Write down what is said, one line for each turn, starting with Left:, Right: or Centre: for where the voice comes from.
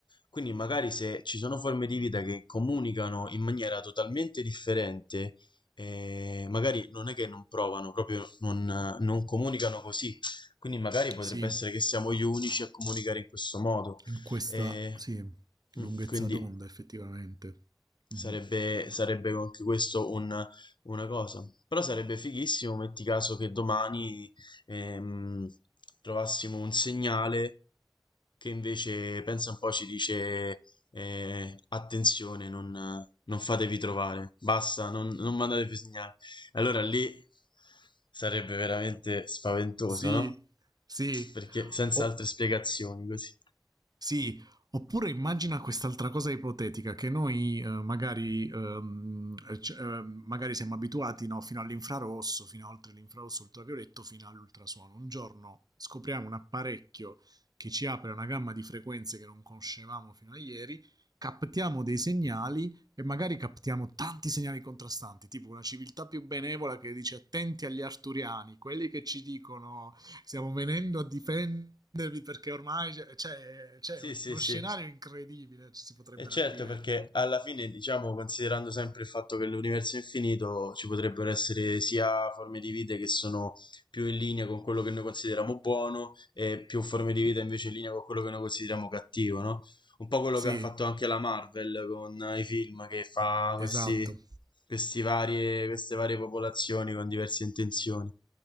Left: Quindi magari se ci sono forme di vita che comunicano in maniera totalmente differente, e magari non è che non provano, proprio non, non comunicano così. Quindi magari potrebbe
Right: Sì,
Left: essere che siamo gli unici a comunicare in questo modo.
Right: in questa
Left: E,
Right: sì, lunghezza
Left: mm, quindi
Right: d'onda effettivamente.
Left: sarebbe,
Right: Mhm.
Left: sarebbe anche questo un- una cosa. Però sarebbe fighissimo, metti caso che domani ehm, trovassimo un segnale che invece pensa un po' ci dice eh, attenzione, non, non fatevi trovare, basta, non, non mandatevi segnali. Allora lì sarebbe veramente spaventoso,
Right: Sì,
Left: no?
Right: sì.
Left: Perché senza
Right: O-
Left: altre spiegazioni così.
Right: sì, oppure immagina quest'altra cosa ipotetica che noi eh, magari, ehm, c- eh, magari siamo abituati no, fino all'infrarosso, fino a oltre l'infrarosso ultravioletto, fino all'ultrasuono. Un giorno scopriamo un apparecchio che ci apre una gamma di frequenze che non conoscevamo fino a ieri, captiamo dei segnali e magari captiamo tanti segnali contrastanti, tipo una civiltà più benevola che dice attenti agli arturiani, quelli che ci dicono stiamo venendo a difendervi perché ormai c'è, c'è, c'è
Left: Sì, sì,
Right: uno
Left: sì.
Right: scenario incredibile, ci si potrebbero
Left: E certo,
Right: aprire.
Left: perché alla fine, diciamo, considerando sempre il fatto che l'universo è infinito, ci potrebbero essere sia forme di vita che sono più in linea con quello che noi consideriamo buono e più forme di vita invece in linea con quello che noi consideriamo cattivo, no? Un po' quello
Right: Sì,
Left: che ha fatto anche la Marvel con eh, i film che fa
Right: esatto,
Left: questi, questi varie, queste varie popolazioni con diverse intenzioni.